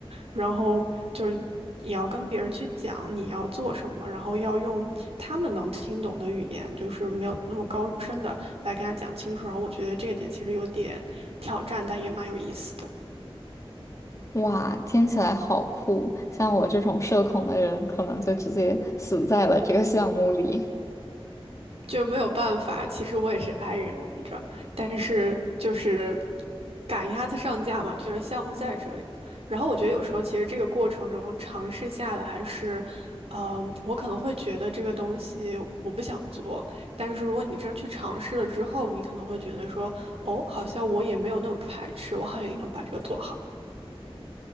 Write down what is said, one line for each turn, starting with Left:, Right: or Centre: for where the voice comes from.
Right: 然后就是。你要跟别人去讲你要做什么，然后要用他们能听懂的语言，就是没有那么高深的来跟他讲清楚。然后我觉得这个点其实有点挑战，但也蛮有意思的。
Left: 哇，听起来好酷！像我这种社恐的人，可能就直接死在了这个项目里。
Right: 就没有办法。其实我也是 i 人来着，但是就是赶鸭子上架嘛，就是项目在这里。然后我觉得有时候其实这个过程中尝试下来是，嗯、我可能会觉得这个东西我不想做，但是如果你真去尝试了之后，你可能会觉得说，哦，好像我也没有那么排斥，我好像也能把这个做好。